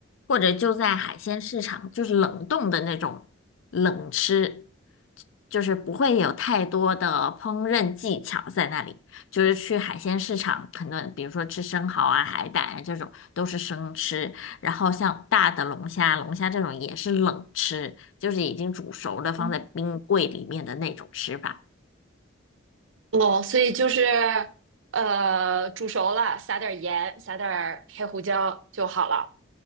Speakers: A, on the left; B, on the right.
A: 或者就在海鲜市场，就是冷冻的那种冷吃，就是不会有太多的烹饪技巧在那里。就是去海鲜市场，可能比如说吃生蚝啊、海胆啊这种都是生吃，然后像大的龙虾、龙虾这种也是冷吃，就是已经煮熟的放在冰柜里面的那种吃法。
B: 嗯哦，所以就是呃，煮熟了撒点盐，撒点黑胡椒就好了。